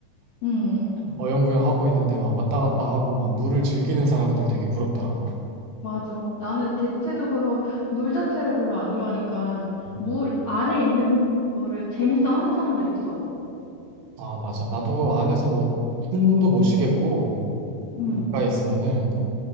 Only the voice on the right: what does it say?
어영부영 하고 있는데 막 왔다 갔다 하고 막 물을 즐기는 사람들 되게 부럽더라.
음.
아, 맞아. 나도 안에서 뭐 숨도 못 쉬겠고 물가
있으면은